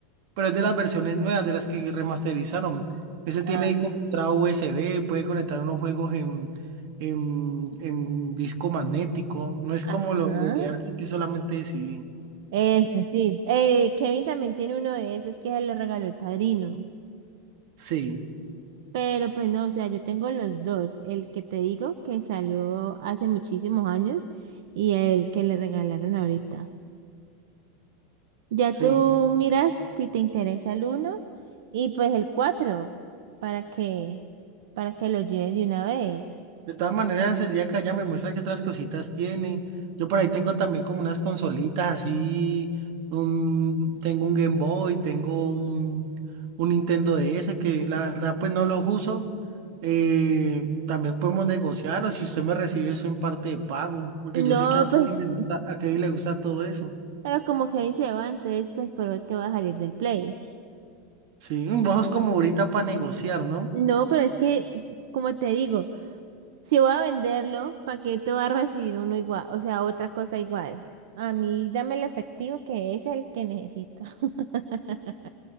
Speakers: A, on the right (about 55°); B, on the right (about 70°).
A: pero es de las versiones nuevas, de las que remasterizaron. Ese
B: Ah,
A: tiene como entrada USB, puede conectar unos juegos en, en, en disco magnético. No es como
B: ajá,
A: lo- los de antes que solamente sí.
B: ese sí. Eh, Kevin también tiene uno de esos que se lo regaló el padrino.
A: Sí,
B: Pero pues no, o sea, yo tengo los dos. El que te digo que salió hace muchísimos años y el que le regalaron ahorita. Ya
A: sí.
B: tú miras si te interesa el uno y pues el cuatro para que para que lo lleves de una vez.
A: De todas maneras, el día que allá me muestra qué otras cositas tiene. Yo por ahí tengo también como unas consolitas así. un- tengo un Game Boy, tengo un, un Nintendo DS que la verdad pues no los uso. Eh, también podemos negociar o si usted me recibe eso en parte de pago, porque
B: No,
A: yo sé que a Kevin
B: pues,
A: le gusta, a Kevin le gusta todo eso.
B: pero como que ahí se va, entonces, pues, por eso es que va a salir del Play.
A: Sí, mm, vos sos como ahorita para negociar, ¿no?
B: No, pero es que, como te digo, si voy a venderlo, ¿para qué te va a recibir uno igual? O sea, otra cosa igual. A mí, dame el efectivo que es el que necesito. <laughs>